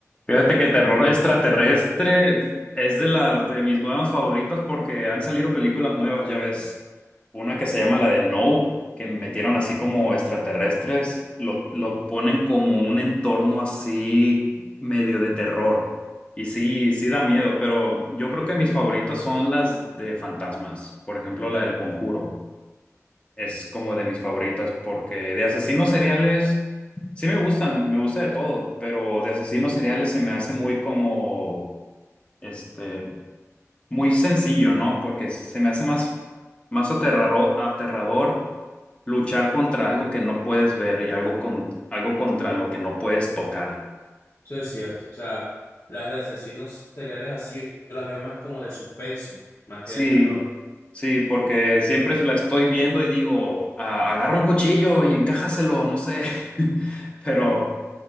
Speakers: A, on the left; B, on the left.
A: Fíjate que terror extraterrestre es de las de mis nuevas favoritas porque han salido películas nuevas, ya ves. Una que se llama la de Nope, que metieron así como extraterrestres, lo, lo ponen como un entorno así medio de terror. Y sí, sí da miedo, pero yo creo que mis favoritas son las de fantasmas, por ejemplo, la del Conjuro es como de mis favoritas porque de asesinos seriales sí me gustan, me gusta de todo, pero de asesinos seriales se me hace muy como, este, muy sencillo, ¿no? Porque se me hace más, más aterrador, aterrador luchar contra algo que no puedes ver y algo con, algo contra lo que no puedes tocar.
B: Eso es cierto. O sea, las de asesinos seriales así, yo, yo las veo más como de suspenso, más que
A: Sí,
B: de terror.
A: sí, porque siempre la estoy viendo y digo, "Ah, agarra un cuchillo y encájaselo, no sé, <laughs> pero...